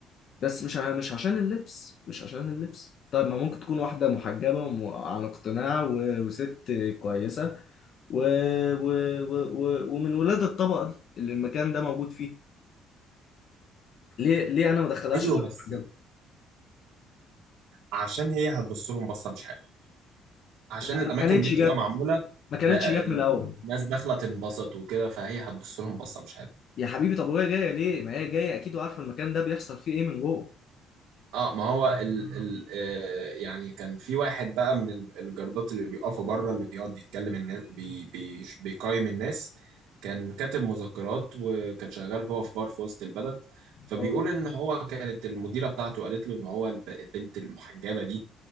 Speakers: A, on the left; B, on the right.
A: بس مش ع- مش عشان اللبس مش عشان اللبس طيب ما ممكن تكون واحدة محجبة وعن اقتناع و- وست كويسة و... و... و... و... ومن ولاد الطبقة دي اللي المكان ده موجود فيه ليه ليه انا ما ادخلهاش
B: ايوه
A: عشان
B: بس
A: محجبة
B: عشان هي هتبص لهم بصه مش حلوه عشان الاماكن
A: ما كانتش
B: دي بتبقى
A: جت
B: معموله
A: ما كانتش
B: لا-
A: جت من الاول
B: الناس داخله تنبسط وكده فهي هتبص لهم بصه مش حلوه
A: يا حبيبي طب وهي جاية ليه ما هي جاية اكيد وعارفة المكان ده بيحصل فيه ايه من جوه
B: اه ما هو ال ال آه يعني كان في واحد بقى من ال- الجردات اللي بيقفوا بره اللي بيقعد يتكلم الناس بي بي بيقيم الناس كان كاتب مذكرات وكان شغال هو في بار في وسط البلد فبيقول
A: اه
B: ان هو كانت المديرة بتاعته قالت له ان هو الب- البنت المحجبة دي